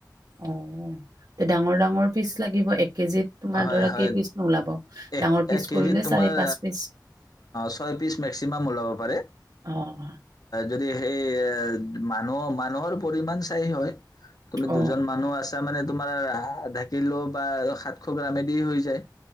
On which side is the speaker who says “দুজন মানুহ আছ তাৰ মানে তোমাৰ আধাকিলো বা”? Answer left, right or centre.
Left